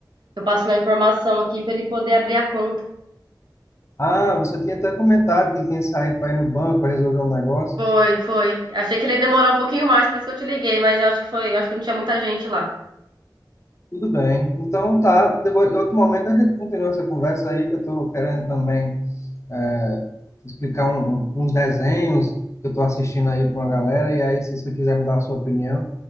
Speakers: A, on the right; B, on the left.
A: Eu passo uma informação aqui pra ele poder abrir a conta.
B: Ah, você tinha até comentado que ele tinha saído para ir no banco para resolver um negócio.
A: Foi, foi. Achei que ele ia demorar um pouquinho mais, por isso que eu te liguei, mas eu acho que foi, eu acho que não tinha muita gente lá.
B: Tudo bem. Então tá, depois, em outro momento a gente continua essa conversa aí, que eu estou querendo também é, explicar um- um, uns desenhos que eu estou assistindo aí para uma galera. E aí, se você quiser me dar a sua opinião,